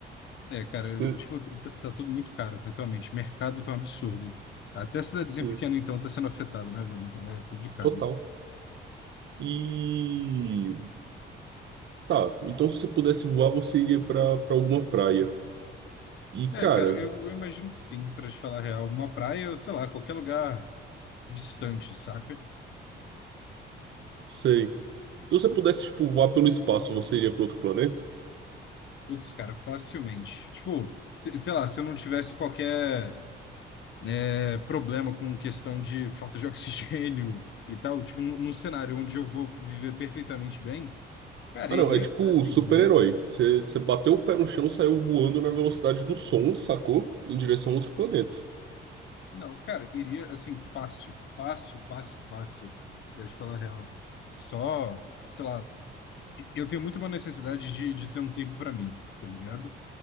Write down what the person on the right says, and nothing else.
Você,
sim,
total. E tá, então se você pudesse voar, você iria pra para alguma praia. E
cara,
sei. Se você pudesse tipo voar pelo espaço, você iria pra outro planeta?
Ah,
não, é tipo
super-herói.
Você você bateu o pé no chão, saiu voando na velocidade do som, sacou? Em direção a outro planeta.